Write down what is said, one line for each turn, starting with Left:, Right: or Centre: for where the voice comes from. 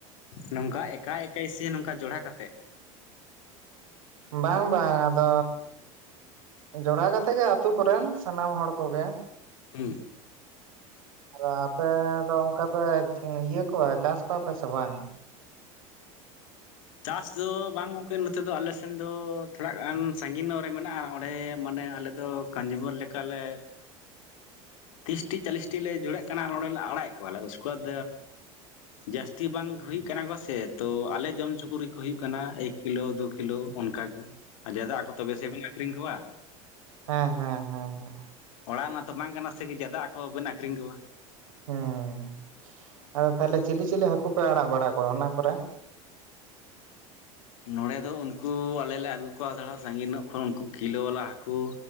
Left: ᱱᱚᱝᱠᱟ ᱮᱠᱟᱭ ᱥᱮ ᱱᱚᱝᱠᱟ ᱡᱚᱲᱟ ᱠᱟᱛᱮ?
Right: ᱵᱟᱝᱻ ᱵᱟᱝᱻ ᱟᱫᱚᱻ᱾ ᱡᱚᱲᱟ ᱠᱟᱛᱮᱜ ᱜᱮ ᱟᱛᱳ ᱠᱚᱨᱮᱱ ᱥᱟᱱᱟᱢ ᱦᱚᱲ ᱠᱚᱜᱮ᱾
Left: ᱦᱩᱸ
Right: ᱟᱨ ᱟᱯᱮ ᱫᱚ ᱚᱱᱠᱟ ᱯᱮ? ᱤᱭᱟᱹ ᱠᱚᱣᱟ ᱪᱟᱥ ᱠᱚᱣᱟᱯᱮ ᱥᱮ ᱵᱟᱝ?
Left: ᱪᱟᱥ ᱫᱚ ᱵᱟᱝ ᱜᱚᱢᱠᱮ ᱱᱚᱛᱮ ᱫᱚ ᱟᱞᱮ ᱥᱮᱱ ᱫᱚ, ᱛᱷᱚᱲᱟ ᱜᱟᱱ ᱥᱟᱺᱜᱤᱧ ᱧᱚᱜ ᱨᱮ ᱢᱮᱱᱟᱜᱼᱟ, ᱚᱸᱰᱮ ᱢᱟᱱᱮ ᱟᱞᱮ ᱫᱚ ᱠᱟᱧᱡᱤᱵᱚᱨ ᱞᱮᱠᱟᱞᱮ ᱛᱤᱨᱤᱥᱴᱤ ᱪᱟᱞᱤᱥᱴᱤ ᱞᱮ ᱡᱩᱲᱟᱹᱜ ᱠᱟᱱᱟ ᱟᱨ ᱚᱱᱚᱸᱰᱮᱞᱮ ᱟᱲᱟᱜᱮᱜ ᱠᱚᱣᱟᱞᱮ ᱩᱥᱠᱮ ᱵᱟᱫᱽ ᱡᱟᱹᱥᱛᱤ ᱵᱟᱝ ᱦᱩᱭᱩᱜ ᱠᱟᱱᱟ ᱠᱚᱥᱮ ᱛᱚ ᱟᱞᱮ ᱡᱚᱢᱪᱚ ᱠᱚ ᱨᱮᱜ ᱠᱚ ᱦᱩᱭᱩᱜ ᱠᱟᱱᱟ᱾ ᱠᱤᱞᱳ ᱫᱩ ᱠᱤᱞᱳ ᱚᱱᱠᱟ ᱜᱮ ᱟᱨ ᱡᱟᱫᱟ ᱟᱠᱚ ᱛᱚᱵᱮ ᱥᱮ ᱵᱮᱱ ᱟᱠᱷᱨᱤᱧ ᱠᱚᱣᱟ᱾
Right: ᱦᱮᱸᱻ ᱦᱮᱸᱻ ᱦᱮᱸᱻ ᱦᱮᱸᱻ᱾
Left: ᱚᱲᱟᱜ ᱨᱮᱱᱟᱜ ᱛᱚ ᱵᱟᱝ ᱠᱟᱱᱟ ᱥᱮ ᱠᱤ ᱡᱟᱫᱟ ᱦᱟᱹᱠᱳ ᱵᱮᱱ ᱟᱠᱷᱨᱤᱧ ᱠᱚᱣᱟ᱾
Right: ᱦᱮᱸ ᱟᱫᱚ ᱛᱟᱦᱚᱞᱮ ᱪᱤᱞᱤ, ᱪᱤᱞᱤ, ᱦᱟᱹᱠᱳ ᱯᱮ ᱟᱲᱟᱜ ᱵᱟᱲᱟ ᱠᱚᱣᱟ ᱚᱱᱟ ᱠᱚᱨᱮ?
Left: ᱱᱚᱸᱰᱮ ᱫᱚ ᱩᱱᱠᱩ ᱟᱞᱮ ᱞᱮ ᱟᱹᱜᱩ ᱠᱚᱣᱟ ᱛᱷᱚᱲᱟ ᱥᱟᱺᱜᱤᱧ ᱧᱚᱜ ᱠᱷᱚᱱ ᱩᱱᱠᱩ ᱠᱤᱞᱳ ᱵᱟᱞᱟ ᱦᱟᱹᱠᱩ᱾